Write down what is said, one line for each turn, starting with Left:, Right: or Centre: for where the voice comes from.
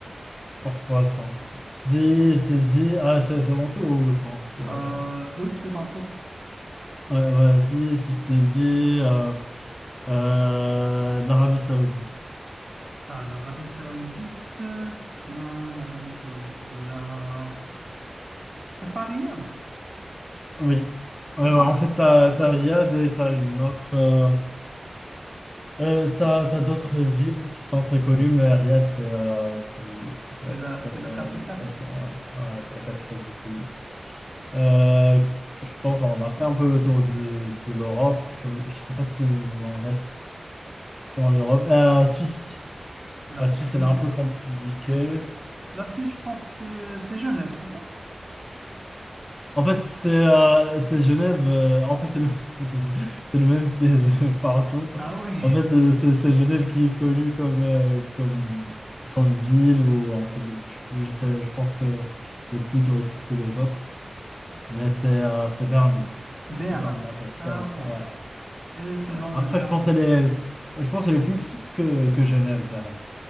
Left: forte croissance. Si
Right: Ouais. ouais.
Left: je t'ai dit, ah, c'est c'est mon tour, ou attends, tu vois.
Right: Euh, oui, c'est en tour.
Left: euh, Ouais, vas-y, si je t'ai dit, euh, euh, l'Arabie Saoudite.
Right: Ah, l'Arabie Saoudite. euh, l'Arabie Saoudite est à- C'est pas Riyad,
Left: Oui.
Right: c'est
Left: Euh,
Right: ça.
Left: en fait, t'as, t'as Riyad et t'as une autre. euh, Euh, t'as, t'as d'autres villes qui sont très connues, mais Riyad, c'est euh, c'est c'est
Right: C'est
Left: la
Right: la,
Left: capitale,
Right: c'est la
Left: euh,
Right: capitale,
Left: c'est la, ouais, ouais, c'est la capitale du pays. Euh, je pense qu'on a fait un peu le tour de, de l'Europe. Je, je sais pas s'il en reste dans l'Europe. Euh, Suisse.
Right: la
Left: La
Right: Suisse.
Left: Suisse, elle est un peu compliquée.
Right: La Suisse, je pense que c'est c'est Genève, c'est ça?
Left: En fait, c'est euh, c'est Genève. euh, en fait, c'est le, <laughs> c'est le même piège <laughs> partout.
Right: Ah oui,
Left: En fait, euh, c'est c'est Genève qui est connue comme, euh, comme, comme ville où, en fait, je, je sais, je pense que elle est plus touristique que les autres. Mais c'est euh, c'est Berne.
Right: <laughs> Berne.
Left: C'est Berne, la capitale.
Right: Ah
Left: En
Right: bon.
Left: fait. Ouais,
Right: Et ce
Left: Berne.
Right: nom
Left: Après,
Right: de Berne.
Left: je pense qu'elle est, je pense qu'elle est plus petite que, que Genève, Berne.